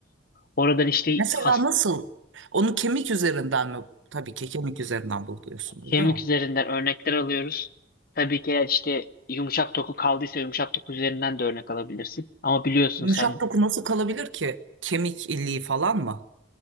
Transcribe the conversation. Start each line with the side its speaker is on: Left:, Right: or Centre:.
Left: Oradan işte
Right: Mesela
Left: has-
Right: nasıl? Onu kemik üzerinden mi? Tabii ki kemik üzerinden buluyorsunuz,
Left: kemik
Right: değil mi?
Left: üzerinden örnekler alıyoruz. Tabii ki eğer işte yumuşak doku kaldıysa yumuşak doku üzerinden de örnek alabilirsin. Ama biliyorsun
Right: Yumuşak
Left: sen
Right: doku nasıl kalabilir ki? Kemik iliği falan mı?